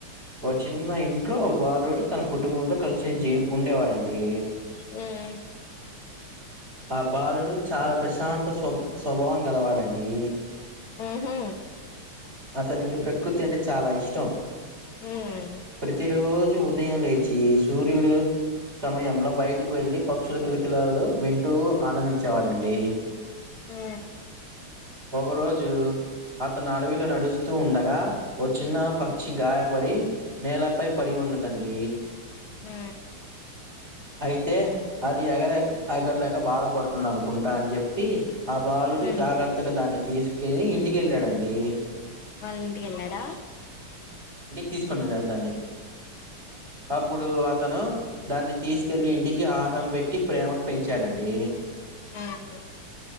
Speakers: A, on the right (about 30°); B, on the left (about 70°).
A: ఓ చిన్న ఇంట్లో ఓ బాలుడు తన కుటుంబంలో కలిసిన్ జీవ్ ఉండేవాడండి
B: మ్మ్
A: ఆబ్ బాలుడు చాలా ప్రశాంత స్వబ్ స్వభావం గలవాడండి.
B: ఉహు
A: అతనికి ప్రకృతి అంటే చాలా ఇష్టం.
B: మ్మ్
A: ప్రతిరోజ్ చి ఉదయం లేచి, సూర్యుడు సమయంలో బయటకు వెళ్ళి పక్షుల కిలకిలాలు వింటూ ఆనందించేవాడండి
B: హూ
A: ఒక రోజు అతను అడవిలో నడుస్తూ ఉండగా ఓ చిన్న పక్షి
B: మ్మ్
A: గాయపడి నేలపై పడి ఉన్నదండి.
B: హు
A: అయితే అది ఎగరేక్ ఎగరలేక బాద పడుతుంది అనుకుంటా అని చెప్పి ఆ బాలుడు
B: మ్మ్
A: జాగర్తగా దాన్ని తీసు కేనీ ఇంటికెళ్ళాడండి.
B: వాళ్ళింటికి ఎళ్ళాడా?
A: తీసుకుని ఆది ఆడ్ దాన్ని అప్పుడు ఆ తను దాన్ని తీసుకెళ్ళి ఇంటికి ఆ హరం పెట్టి, ప్రేమకు పెంచాడండి.
B: ఆహ్